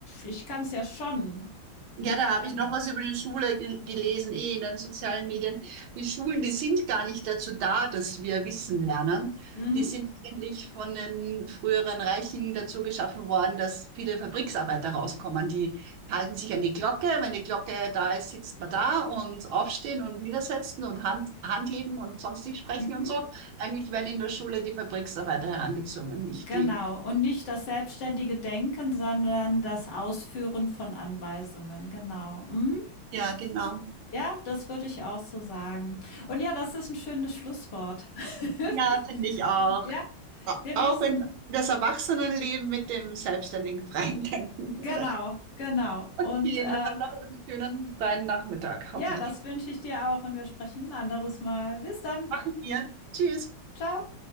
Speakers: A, on the left; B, on the right.
A: ich kann es ja schon, nur
B: Ja, da
A: halt
B: habe
A: anders.
B: ich noch was über die Schule ge- gelesen, eh in den sozialen Medien. Die Schulen, die sind gar nicht dazu da, dass wir Wissen lernen.
A: Mhm.
B: Die sind eigentlich von den früheren Reichen dazu geschaffen worden, dass viele Fabriksarbeiter rauskommen. Die halten sich an die Glocke. Wenn die Glocke da ist, sitzt man da und aufstehen und niedersetzen und Hand, Hand heben und sonst nicht sprechen
A: Mhm.
B: und so. Eigentlich werden in der Schule die Fabriksarbeiter herangezwungen, nicht
A: Genau.
B: die.
A: Und nicht das selbstständige Denken, sondern das Ausführen von Anweisungen. Genau. Mhm.
B: Ja, genau.
A: Ja, das würde ich auch so sagen. Und ja, das ist ein schönes Schlusswort. <laughs>
B: Ja, finde ich auch.
A: Ja,
B: Au-
A: wir
B: Auch
A: müssen,
B: in das Erwachsenenleben mit dem selbstständigen freien Denken, oder?
A: genau, genau.
B: Okay,
A: Und äh,
B: na dann noch einen schönen freien Nachmittag,
A: ja,
B: hoffentlich.
A: das wünsche ich dir auch und wir sprechen ein anderes Mal. Bis dann.
B: Machen wir. Tschüss.
A: Ciao.